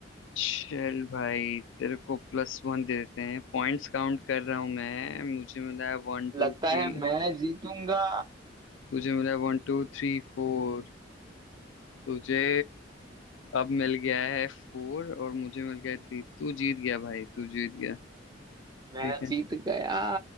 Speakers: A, on the left; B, on the right.
A: चल भाई तेरे को प्लस वन दे देते हैं पॉइंट्स काउंट कर रहा हूँ मैं मुझे मिला है वन टू
B: लगता
A: थ्री
B: है मैं जीतूंगा
A: तुझे मिला है वन टू थ्री फोर तुझे अब मिल गया है फोर और मुझे मिल गया है थ्री तू जीत गया भाई तू जीत गया ठीक
B: मैं
A: है
B: जीत गया